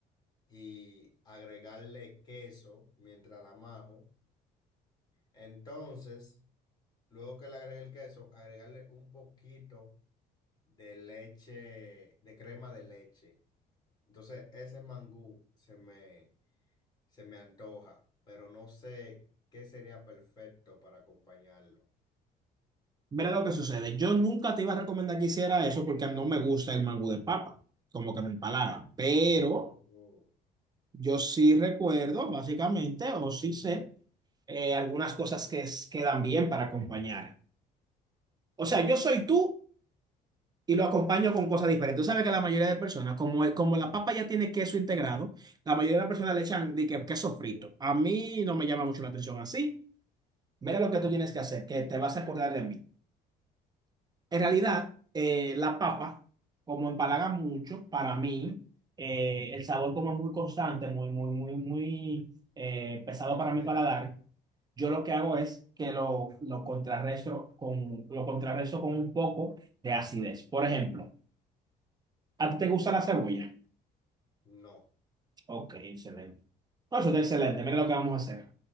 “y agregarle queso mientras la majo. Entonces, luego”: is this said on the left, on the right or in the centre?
Left